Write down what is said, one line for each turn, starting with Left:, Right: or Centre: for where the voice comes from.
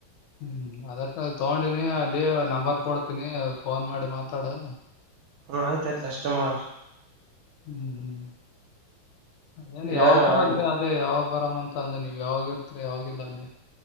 Left: ಹ್ಮ್ ಅದ್ರಸ ತಗೊಂಡಿನಿ ಅಲ್ಲಿ ನಂಬರ್ ಕೊಡ್ತೀನಿ ಫೋನ್ ಮಾಡಿ ಮಾತಾಡು
Right: ಹ ಆಯ್ತಾಯಯ್ತು ಅಷ್ಟಮರ್
Left: ಹ್ಮ್ ಹ್ಮ್ ಏನ್ ಯಾವಾಗ
Right: ಏನ
Left: ಬರದ್ರೆ
Right: ಆಯ್ತು
Left: ಅದೇ ಯಾವಾಗ ಬರಾಮ ಅಂತ ಅಂದ ನೀವ ಯಾವಾಗ ಇರ್ತರಿ ಯಾವಿಲ್ಲ ಅಲ್ಲಿ